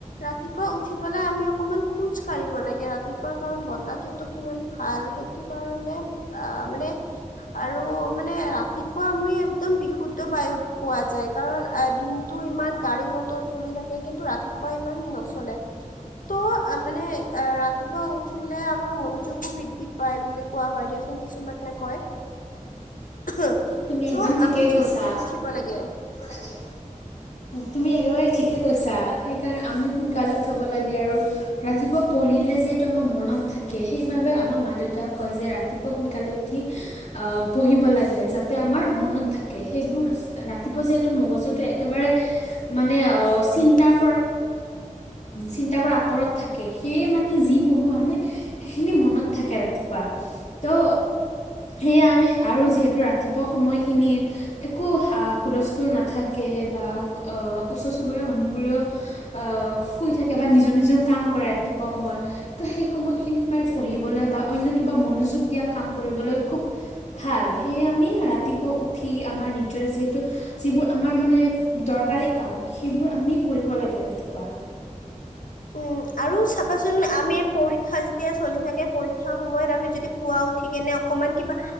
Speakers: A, on the left; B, on the left.
A: ৰাতিপুৱা উঠি পেলাই আমি অকমান খোজ কাঢ়িব লা লাগে ৰাতিপুৱা কাৰণ বতাহটোতো কিমান ভাল সেইটো কাৰণে আহ মানে আৰু মানে ৰাতিপুৱা আমি একদম বিশুদ্ধ বায়ু পোৱা যায় কাৰণ দিনটো ইমান গাড়ী মটৰ চলি থাকে কিন্তু ৰাতি পোৱা অ ইমান নচলে ত' মানে অ ৰাতিপুৱা উঠিলে আমাৰ মনোযোগো বৃদ্ধি পাই বুলি কোৱা হয় দিয়াচোন কিছুমানে কয়। ওহো
B: তুমি
A: ত'
B: একদম ঠিকেই
A: আমি
B: কৈছা
A: জল্দি উঠিব লাগে।
B: লাগে তুমি একেবাৰে ঠিকে কৈছা সেইকাৰণে আমি সোনকালে উঠিব লাগে আৰু ৰাতিপুৱা পঢ়িলে যিহেতু আমাৰ মনত থাকে সেইবাবে মা আমাৰ মা দেউতাই কৈ যে ৰাতিপুৱা সোনকালে উঠি পঢ়িব লাগে আমাৰ মনত থাকে সেইবোৰ ৰাতিপুৱা যিহেতু মগজুটো একেবাৰে মানে চিন্তাৰ
A: <inaudible>
B: চিন্তা বাৰ আঁতৰত থাকে সেয়ে মানে যি পঢ়ো আমি সেইখিনি মনত থাকে ৰাতিপুৱা ত' সেয়া আমি আৰু যিহেতু ৰাতিপুৱা <unintelligible> সময়খিনিত একো হুলস্থুল নাথাকে বা ওচৰ চবুৰীয়া ম মানুহ বোৰেও আ শুই থাকে বা নিজৰ নিজৰ কাম কৰে ৰাতিপুৱা সময়ত ত সেই সময়খিনি <unintelligible> পঢ়িবলৈ বা অন্য কিবা মনোযোগ দিয়া কাম কৰিবলৈ খুব ভাল স আমি ৰাতিপুৱা উঠি আমাৰ নিজৰ যিতু যিবোৰ আমাৰ মানে দৰকাৰী সেইবোৰ আমিকৰিব লাগে ৰাতিপুৱা।
A: উ আৰু চাবাচোন আমি পৰীক্ষা যেতিয়া চলি থাকে পৰীক্ষা সময়ত আমি যদি পুৱা উঠি কেনে <unintelligible> অকমান কিবা